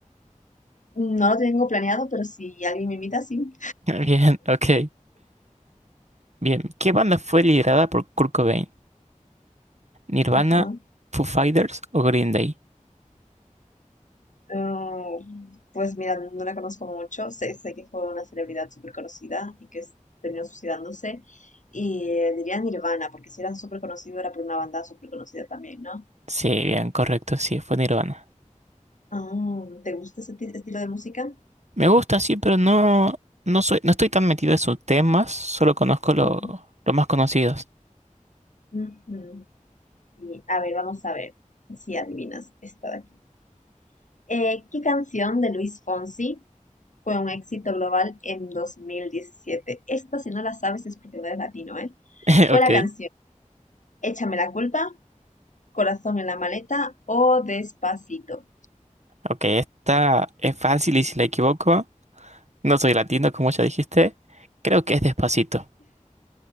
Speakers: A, on the left; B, on the right.
A: No lo tengo planeado, pero si alguien me invita, sí.
B: <laughs> Bien, ok, bien. ¿Qué banda fue liderada por Kurt Cobain? ¿Nirvana,
A: Ajá.
B: Foo Fighters o Green Day?
A: Ah, pues mira, no la conozco mucho. Sé, sé que fue una celebridad súper conocida y que s- terminó suicidándose. Y eh, diría Nirvana, porque si era súper conocido era por una banda súper conocida también, ¿no?
B: Sí, bien, correcto, sí, fue Nirvana.
A: Ah, ¿te gusta ese ti- estilo de música?
B: Me gusta, sí, pero no, no soy, no estoy tan metido en sus temas, solo conozco lo-
A: Ujú.
B: los más conocidos.
A: Ujú. Sí, a ver, vamos a ver si adivinas esta de aquí. Eh, ¿qué canción de Luis Fonsi fue un éxito global en 2017? Esta, si no la sabes, es porque no eres latino, ¿eh?
B: <laughs>
A: Fue
B: Ok,
A: la canción Échame la culpa, Corazón en la maleta o Despacito.
B: ok, esta es fácil y si la equivoco, no soy latino, como ya dijiste, creo que es Despacito.